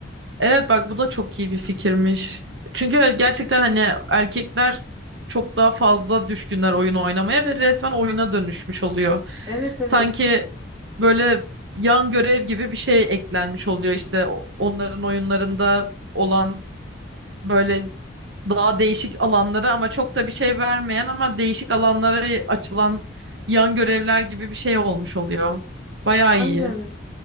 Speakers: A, on the right; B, on the right.
A: Evet bak bu da çok iyi bir fikirmiş. Çünkü gerçekten hani erkekler çok daha fazla düşkünler oyun oynamaya ve resmen oyuna dönüşmüş oluyor.
B: Evet evet.
A: Sanki böyle yan görev gibi bir şey eklenmiş oluyor işte o- onların oyunlarında olan böyle daha değişik alanlara ama çok da bir şey vermeyen ama değişik alanlara açılan yan görevler gibi bir şey olmuş oluyor. Bayağı
B: Aynen.
A: iyi.